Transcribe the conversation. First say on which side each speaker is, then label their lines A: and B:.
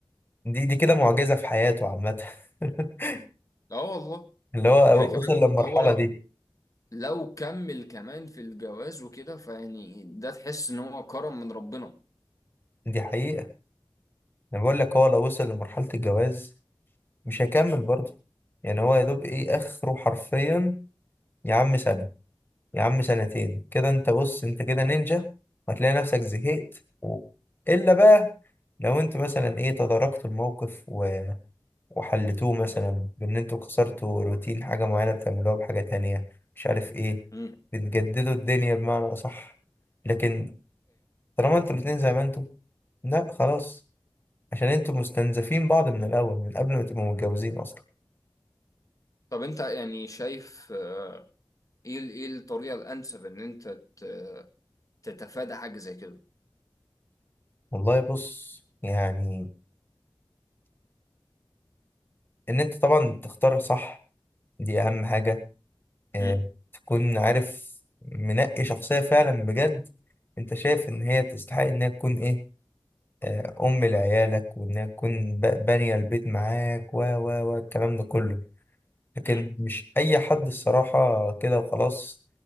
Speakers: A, on the left (about 25°); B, on the left (about 40°).
A: دي دي كده معجزه في حياته عامه <laughs>
B: لا والله
A: اللي هو
B: يعني كمان
A: وصل للمرحله
B: هو لو
A: دي
B: لو كمل كمان في الجواز وكده فيعني ده تحس إن هو كرم من ربنا
A: دي حقيقه انا بقول لك هو لو وصل لمرحله الجواز مش هيكمل برضه يعني هو يا دوب ايه اخره حرفيا يا عم سنه يا عم سنتين كده انت بص انت كده نينجا هتلاقي نفسك زهقت و... الا بقى لو انت مثلا ايه تداركت الموقف وحلتوه مثلا بان انتوا كسرتوا روتين حاجة معينة بتعملوها بحاجة تانية مش عارف ايه
B: امم
A: بتجددوا الدنيا بمعنى اصح لكن طالما انتوا الاتنين زي ما انتوا لا خلاص عشان انتوا مستنزفين بعض من الاول من قبل ما تبقوا متجوزين اصلا
B: طب أنت يعني شايف آه، ايه ال- ايه الطريقه الانسب ان انت ت- تتفادى حاجه زي كده
A: والله بص يعني ان انت طبعا تختار صح دي اهم حاجة اه
B: مم.
A: تكون عارف منقي شخصية فعلا بجد انت شايف ان هي تستحق انها تكون ايه آه، أم لعيالك وإنها تكون ب- بانية البيت معاك و و و الكلام ده كله لكن
B: مم.
A: مش أي حد الصراحة كده وخلاص